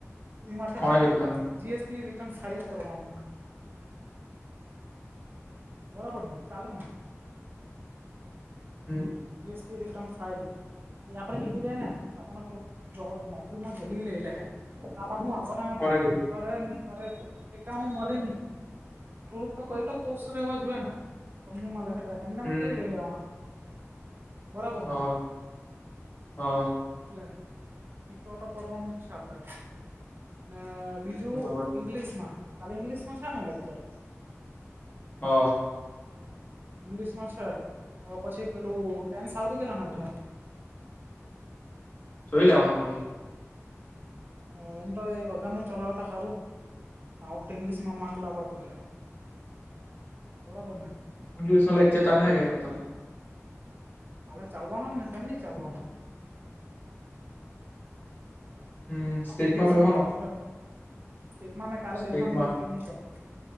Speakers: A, on the right (about 45°); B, on the left (about 40°).
A: એમાં છે
B: કોને
A: ને
B: કીધું તને
A: જીએસટી રિટર્ન ફાઇલ કરવાનું. બરાબર ને ચાલે ને?
B: હમ્મ
A: જીએસટી રિટર્ન ફાઈલ. એ આપડે હીગી જાય ને આપણને થોડુંક જો નોકરીમાં જલ્દી લઈ લે હે. આમાં હું આપને
B: કોને કીધું
A: કરે ની કરે ઠેકાણું મળે નહી. થોડુક તો કઈ તો કોસ રહેેવા જોએ ને કંપનીમાં લેહે તો એમને એમ
B: હમ
A: થોડી લઈ લેવાના. બરાબર
B: હા
A: ને?
B: હા
A: એટલે ઈકો તો પરવાનું જ છે આપડે ને બીજું જો
B: બરાબર
A: ઇંગ્લિશમાં કાલે ઇંગ્લિશમાં શના લેક્ચર?
B: હા.
A: ઇંગ્લિશમાં છે તો પછી પેલું ટેન આવરી ગેલાને બધા?
B: જોઈ લેવાનું વળી.
A: હમ્મ એમ તો એ અગાનું ચલાવે તો હારું. આ વખતે ઈંગ્લિશમાં માર્ક લાવવા પડશે, બરાબર ને.
B: ઇંગ્લિશમાં લેક્ચર ચાલે હે કે, એકાઉન્ટ ચાલે?
A: કાલે ચાલવાનો જ ને, કેમ નહી ચાલવાનો?
B: હમ્મ, સ્ટેટમાં
A: ઇંગ્લિશમાં
B: બેવા નો.
A: ચાલે સ્ટેટમાં મેં કાલે
B: સ્ટેટમાં
A: બેહવાનો વિચાર નહી કરતો